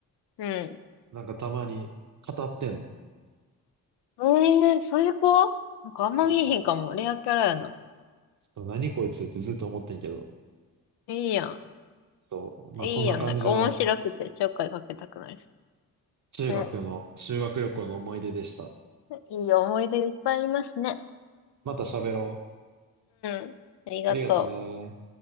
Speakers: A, on the left (about 65°); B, on the right (about 45°).
A: うん。
B: なんかたまに語ってんの。
A: えー、そういう子なんかあんま見えへんかも。
B: あ
A: レアキャラやな。
B: ー何こいつってずっと思ってんけど。
A: いいやん。
B: そう。まあそんな感じの
A: いいやん。なんか面白くてちょっかいかけたくなるし。
B: 中学の修学旅行の思い出でした。
A: ね。いい思い出がいっぱいありますね。
B: また喋ろ
A: うん。ありがとう。
B: う。ありがとね。